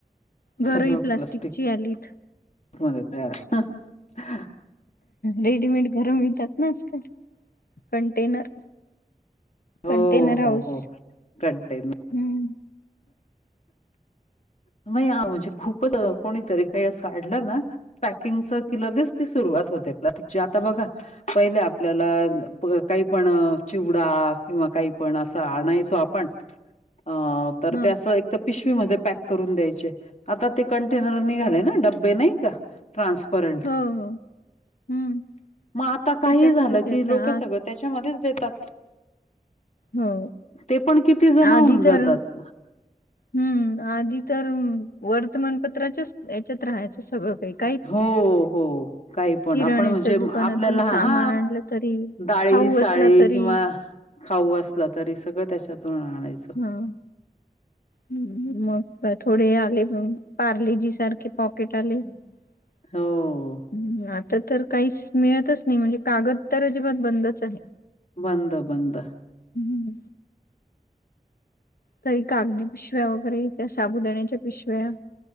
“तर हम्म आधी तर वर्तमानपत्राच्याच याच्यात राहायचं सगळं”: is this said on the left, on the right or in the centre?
Left